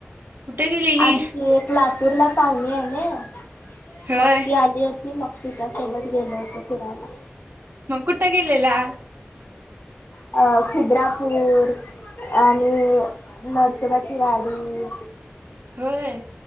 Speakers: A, on the right; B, on the left.
A: कुठे गेलेली
B: आमची एक लातूर ला पावणे आय नई
A: होय
B: मग ती आली हो ती मग तिच्यासोबत गेलो होतो फिरायला.
A: म कुठ गेलेला?
B: अ खिद्रापूर. आणि नरसोबाची वाडी.
A: होय.